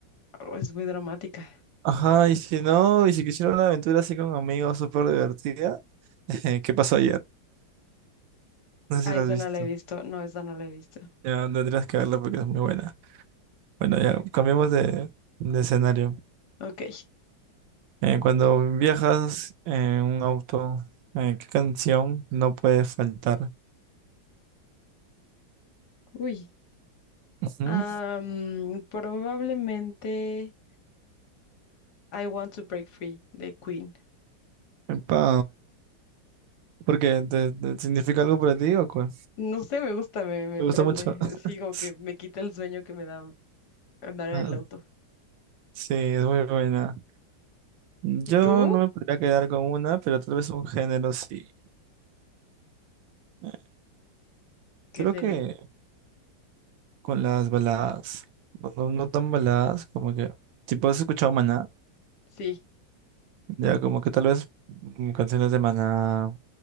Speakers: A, on the left; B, on the right.
A: oh, es muy dramática.
B: ajá, y si no, y si quisiera una aventura así con amigos súper divertida, <laughs> ¿qué pasó ayer? No sé
A: Ah,
B: si la
A: esa
B: has visto.
A: no la he visto, no, esa no la he visto.
B: Ya tendrías que verla porque es muy buena. Bueno, ya cambiamos de, de escenario.
A: Ok,
B: Eh, cuando viajas en un auto, eh, ¿qué canción no puede faltar?
A: uy.
B: Ujú.
A: am, probablemente I Want to Break Free de Queen.
B: Epa, ¿por qué? ¿Te, te significa algo para ti o qué?
A: No sé, me gusta, me, me
B: ¿Te gusta
A: prende.
B: mucho? <laughs>
A: Sí, como que me quita el sueño que me da andar en
B: Ah,
A: el auto.
B: sí, es muy buena. Yo
A: ¿Y tú?
B: no me podría quedar con una, pero tal vez un género sí. Eh,
A: ¿Qué
B: Creo
A: sería?
B: que con las baladas, no, no- no tan baladas, como que, tipo, has escuchado Maná,
A: Sí.
B: ya como que tal vez mm, canciones de Maná,